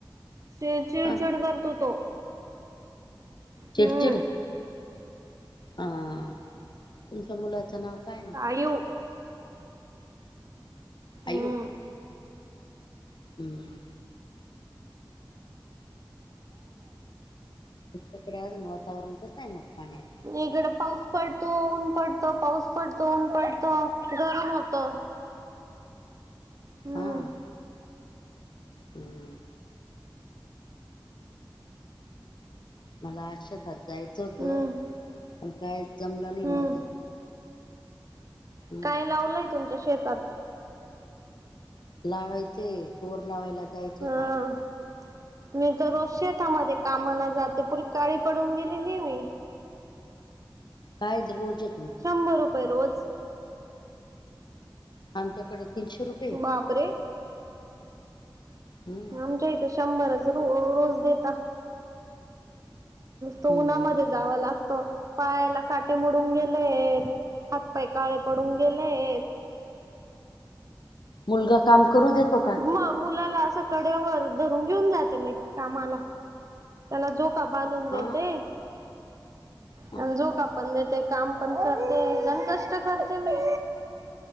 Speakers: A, on the right (about 40°); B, on the left (about 65°).
A: चिडंचिडं
B: ह
A: करतों तो.
B: चिडंचिंडं.
A: हम्म
B: हा.. तुमच्यां मुलाचं नांव कायं?
A: आयू.. हम्म
B: आयू. हम्मं. तिकडे अजूंन वातांवरण कसं आहे मंग पाण्यांत.
A: इकडं पाऊस पडतो. ऊंन पडतो. पाऊस पडतो. ऊंन पडतो. गरमं होतं. हम्म
B: हम्मं हम्मं. मलां आजं शेतांत जायचं होतं
A: हम्म
B: पणं कायं जमलं नाहीं
A: हम्म
B: माझं मग
A: कायं लावलंय तुमच्यां शेतांत
B: लावांयचे चोर लावांयला जायचं
A: हा
B: होतं
A: मी तरं रोज शेतांमध्ये कामांला जाते पुरी कांळी पडूनं गेलेली मी
B: कायं रोजचं.
A: शंभर रुपये रोजं.
B: आमच्यांकडे तीनशे रुपये.
A: ओ बापरे!
B: हम्म
A: आमच्यां इथे शंभरच रो रोजं देतां. तो
B: हम्म
A: उन्हांमंध्ये जावं लागतो. पायालां कांटे मोडूनं गेलेयं... हांत पांय कांळे पडूंन गेलेयतं.
B: मुलंगां कामं करूं देतो कां?
A: मंग मुलांलां असं कड्यांवर धरूंन घेऊंन जाते मी कामांला. त्यांला झोकां बांधून देते
B: हा हा.
A: आणि झोकां पणं देते. कामं पणं करते गणं कंष्ट करते मी.